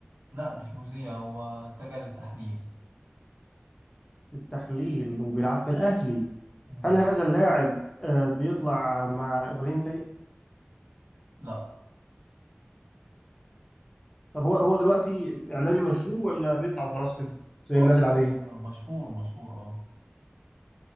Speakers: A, on the right (about 75°); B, on the left (about 20°).
A: لا مش مذيع هو اتجه للتحليل
B: التحليل وبيلعب في الأهلي
A: مم.
B: هل هذا اللاعب آه، بيطلع مع ابراهيم فايق
A: لا
B: طب هو هو دلوقتي اعلامي مشهور ولا بيطلع وخلاص كده زي الناس
A: اه
B: العاديه
A: شخص مشهور مشهور اه